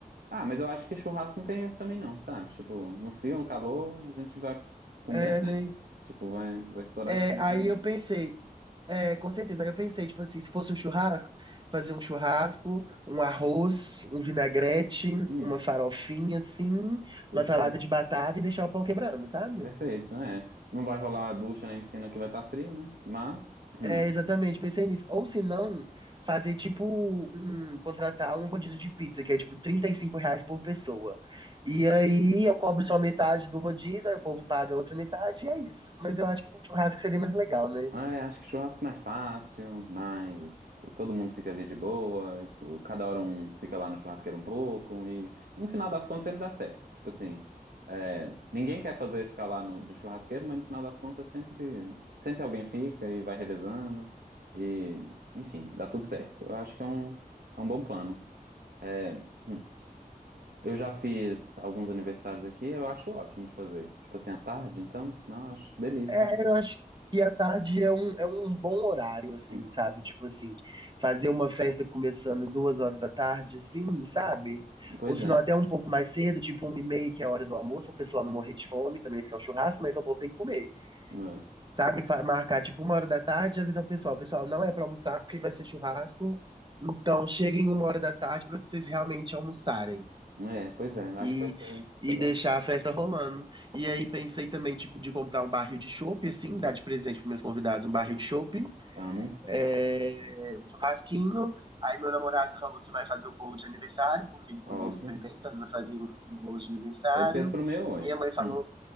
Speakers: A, on the right (about 80°); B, on the right (about 30°).
A: Ah, mas eu acho que churrasco não tem erro também, não, sabe? Tipo, no frio, no calor, a gente vai comer,
B: É,
A: né?
B: né?
A: tipo, vai, vai estourar
B: É,
A: de comida.
B: aí eu pensei, é, com certeza, aí eu pensei, tipo assim, se fosse um churrasco, fazer um churrasco, um arroz, um vinagrete,
A: Hum,
B: uma farofinha, assim,
A: perfeito,
B: uma salada de batata e deixar o pau quebrando, sabe?
A: perfeito, é. Não vai rolar a ducha nem piscina que vai estar frio, né? Mas, hum,
B: É, exatamente, pensei nisso. Ou se não, fazer tipo um, contratar um rodízio de pizza, que é tipo 35 reais por pessoa. E aí eu cobro só metade do rodízio, aí o povo paga a outra metade e é isso. Mas eu acho que um churrasco seria mais legal, né?
A: Ah, É, acho que churrasco é mais fácil, mas todo mundo fica ali de boa, cada hora um fica lá no churrasqueiro um pouco, e no final das contas sempre dá certo. Tipo assim, é, ninguém quer fazer ficar lá no, de churrasqueiro, mas no final das contas sempre, sempre alguém fica e vai revezando, e enfim, dá tudo certo. Eu acho que é um, é um bom plano. É, hum, eu já fiz alguns aniversários aqui, eu acho ótimo de fazer. Tipo assim, à tarde, então, não, eu acho delícia.
B: É, eu acho que a tarde é um, é um bom horário, assim,
A: Hum,
B: sabe? Tipo assim, fazer uma festa começando duas horas da tarde, assim, sabe?
A: Pois
B: Ou se
A: é.
B: não, até um pouco mais cedo, tipo uma e meia, que é a hora do almoço, para o pessoal não morrer de fome também, porque é um churrasco, né? Então o povo tem que comer,
A: É.
B: sabe? Fa- Marcar, tipo, uma hora da tarde e avisar o pessoal. Pessoal, não é para almoçar porque vai ser churrasco, então cheguem uma hora da tarde para vocês realmente almoçarem
A: É, pois é, acho
B: e,
A: que vai ser, vai
B: e
A: ser bom.
B: deixar a festa rolando. E aí pensei também, tipo, de comprar um barril de chopp, assim, dar de presente para meus convidados um barril de chopp,
A: Amo,
B: é, um churrasquinho. Aí meu namorado falou que vai fazer o bolo de aniversário, porque ele cozinha
A: óbvio.
B: super bem, então ele vai fazer um um bolo de aniversário.
A: Ele fez pro meu, ué.
B: Minha mãe falou,
A: Hum,